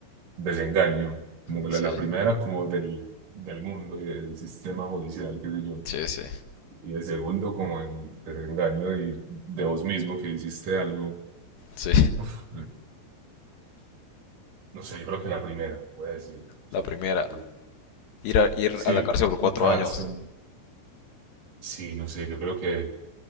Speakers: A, on the right; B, on the left.
A: desengaño. Como
B: Sí,
A: la, la primera, como del, del mundo y del sistema judicial, qué sé yo.
B: sí, sí,
A: Y el segundo, como en desengaño y de vos mismo que hiciste algo.
B: sí.
A: Uf, No sé, yo creo que la primera, voy a decir. Sí,
B: La primera.
A: Uy.
B: Ir a, ir
A: sí,
B: a la cárcel por cuatro
A: cárcel.
B: años.
A: Sí, no sé, yo creo que